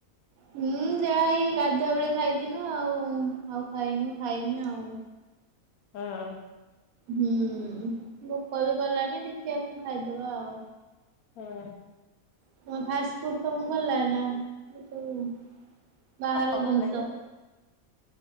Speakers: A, on the right; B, on the left.
A: ହୁଁ ଯାହା ଏଇ ଗାଧୁଆ ବେଳେ ଖାଇଥିନୁ ଆଉ ଆଉ ଖାଇନୁ ଖାଇମି ଆଉ।
B: ହଁ।
A: ହୁଁ ଭୋକ ବି କଲାଣି ଦେଖିଆ କଣ ଖାଇଦବା ଆଉ
B: ହଁ।
A: ତମେ ଫାଷ୍ଟ ଫୁଡ ତମୁକୁ ଭଲ ଲାଗେ ନା ଏ ଯୋଉ ବାହାର
B: ଭଲ
A: ଜିନିଷ
B: ଲାଗେ